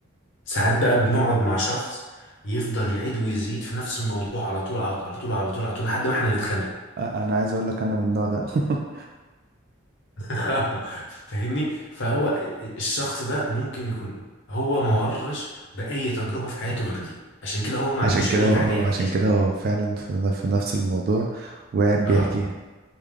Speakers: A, on the left; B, on the right.
A: ساعات بقى بنقعد مع شخص يفضل يعيد ويزيد في نفس الموضوع على طول على طول على طول على طول على طول لحد ما احنا نتخنق
B: آه، أنا عايز أقول لك أنا من النوع ده <laughs>
A: <laughs> فاهمني فهو الشخص ده ممكن يكون هو ما مرش بأي تجربة في حياته غير دي عشان كده هو ما
B: عشان
A: عندوش
B: كده
A: أي
B: هو
A: حاجة
B: آه
A: يحكي
B: عشان
A: لك
B: كده هو فعلا في, في نفس الموضوع وقاعد بيحكيها
A: اه